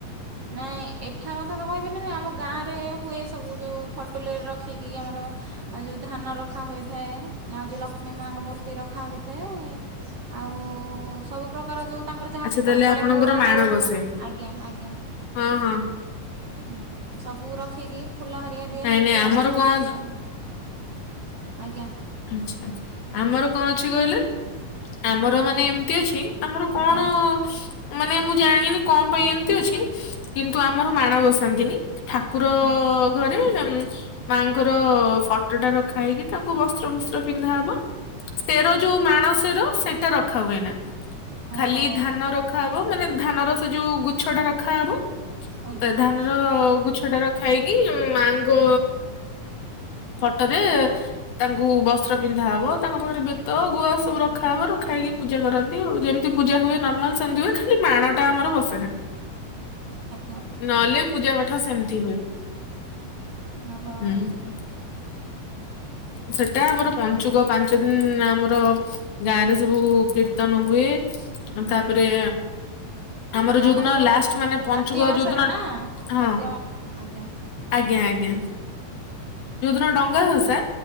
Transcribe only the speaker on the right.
ନାଇଁ ଏଠା କଥା ତ କହିପାରିନେ ନା ଆମ ଗାଁ ରେ ହୁଏ ସବୁ ଯୋଉ ଖଟୁଲରେ ରଖିକି ଆମର। ଆଉ ଯୋଉଁ ଧାନ ରଖା ହୋଇଥାଏ ଆଉ ଯୋଉ ଲକ୍ଷ୍ମୀ ମାଙ୍କ ମୂର୍ତ୍ତି ରଖା ହୋଇଥାଏ। ଆଉ ସବୁ ପ୍ରକାର ଯୋଉଁ ତାଙ୍କର ଯାହା
ସବୁ
ଦରକାର
ମୂଳା
ହଉ
ଆଜ୍ଞା ଆଜ୍ଞା।
ହଁ ସବୁ ରଖିକି ଫୁଲ ହରିଆ ଦିଆ
ହେଇକି
ପୂଜା
କରାହୋଈଥାଏ
ଆଉ। ଆଜ୍ଞା।
କହୁନାହାନ୍ତି
ଆଜ୍ଞା
ଓହୋ
ଓହୋ
ଆଜ୍ଞା
<unintelligible>
ଓହୋ।
ଏଟା
ଯୋଉ
କାର୍ତ୍ତିକ ମାସରେ
ନା
କାର୍ତ୍ତିକ ମାସ ଆଜ୍ଞା